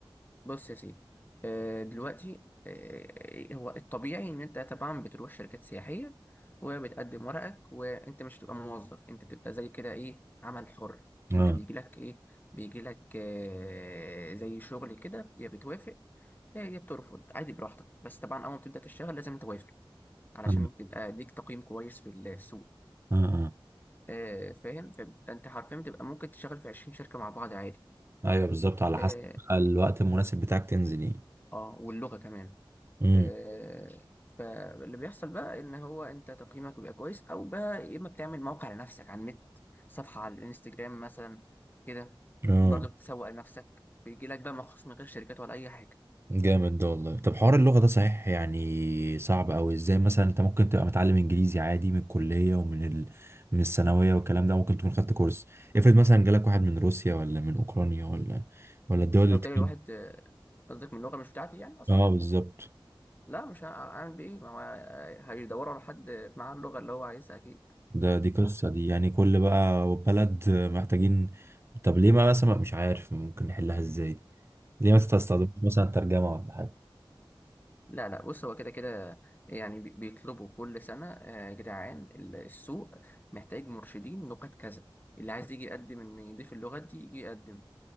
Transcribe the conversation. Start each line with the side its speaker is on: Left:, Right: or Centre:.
Left: بص يا سيدي آه، دلوقتي آه، هو الطبيعي ان انت طبعا بتروح شركات سياحيه وبتقدم ورقك وانت مش بتبقى موظف انت بتبقى زي كده ايه عمل حر
Right: اه
Left: انت بيجي لك ايه بيجي لك آه، زي شغل كده يا بتوافق يا يا بترفض عادي براحتك بس طبعا اول ما بتبدا تشتغل لازم توافق علشان
Right: اه
Left: تبقى ليك تقييم كويس في السوق
Right: اه اه
Left: آه، فاهم فانت حرفيا بتبقى ممكن تشتغل في 20 شركه مع بعض عادي
Right: ايوه بالظبط على
Left: اه
Right: حسب بقى الوقت المناسب بتاعك تنزل ايه
Left: آه، واللغه كمان
Right: امم
Left: آه، فاللي بيحصل بقى ان هو انت تقييمك بيبقى كويس او بقى يا اما بتعمل موقع لنفسك على النت صفحة على الانستجرام مثلا كده
Right: اه
Left: برضه بتسوق لنفسك بيجي لك بقى مخصوص من غير شركات ولا اي حاجة
Right: جامد ده والله طب حوار اللغة ده صحيح يعني صعب أوي ازاي مثلا انت ممكن تبقى متعلم انجليزي عادي من الكلية ومن ال... من الثانوية والكلام ده ممكن تكون خدت كورس افرض مثلا جالك واحد من روسيا ولا من اوكرانيا ولا ولا الدول اللي
Left: لو
Right: بتتكلم
Left: جالي الواحد آه، قصدك من لغة مش بتاعتي يعني اصلا
Right: اه بالظبط
Left: لا مش هعمل بيه إيه؟ ما هو آه، هيدوروا على حد معاه اللغة اللي هو عايزها اكيد
Right: ده دي قصة دي يعني كل بقى بلد محتاجين طب ليه ما مثلا مش عارف ممكن نحلها ازاي ليه ما تستخدمش مثلا ترجمة ولا حاجة
Left: لا لا بص هو كده كده يعني بي- بيطلبوا كل سنة آه، يا جدعان ال- السوق محتاج مرشدين لغات كذا اللي عايز يجي يقدم إن يضيف اللغات دي يجي يقدم